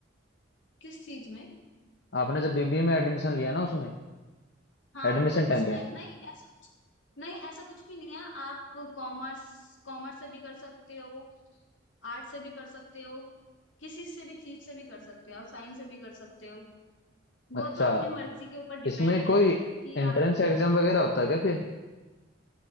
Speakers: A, on the left; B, on the left.
A: किस चीज में
B: आपने जब बीबीए में एडमिशन लिया ना उसमें
A: हाँ
B: एडमिशन
A: तो उसमें
B: टाइम पे
A: नहीं ऐसा कुछ नहीं ऐसा कुछ भी नहीं है आप कॉमर्स कॉमर्स से भी कर सकते हो आर्ट से भी कर सकते हो किसी से भी चीज से भी कर सकते हो आप साइंस से भी कर सकते हो वो
B: अच्छा
A: तो अपनी मर्जी के ऊपर डिपेंड
B: इसमें
A: है
B: कोई
A: कि
B: एंट्रेंस
A: आपको क्या
B: एग्जाम
A: करना है।
B: वगैरह होता है क्या फिर